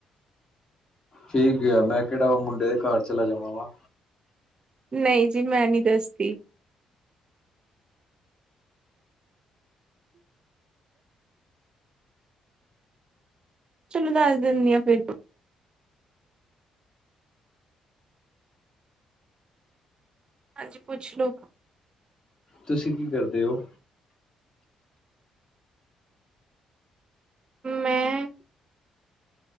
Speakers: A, on the left; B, on the right.
A: ਠੀਕ ਕਿਆ, ਮੈਂ ਕਿਹੜਾ ਔ ਮੁੰਡੇ ਦੇ ਘਰ ਚਲਾ ਜਾਵਾਂਗਾ।
B: ਨਹੀਂ ਜੀ ਮੈਂ ਨੀ ਦੱਸਦੀ। ਚਲੋ, ਦੱਸ ਦਿੰਦੀ ਆ ਫਿਰ। ਹਾਂਜੀ, ਪੁੱਛ ਲੋ।
A: ਤੁਸੀਂ ਕੀ ਕਰਦੇ ਹੋ?
B: ਮੈਂ